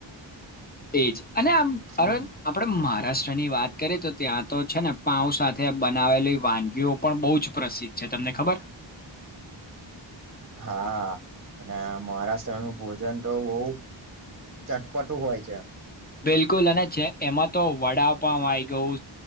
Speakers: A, on the left (about 20°); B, on the right (about 30°).
A: એજ અને આમ
B: હમ
A: અર આપણેે મહારાષ્ટ્રની વાત કરીએ તો ત્યાં તો છે ને પાંઉ સાથે બનાવેલી વાનગીઓ પણ બહુ જ પ્રસિદ્ધ છે તમને ખબર
B: હા અને મહારાષ્ટ્રનું ભોજન તો બહુ ચટપટું હોય છે.
A: બિલકુલ અને જે એમાં તો વડા પાઉ આવી ગયુ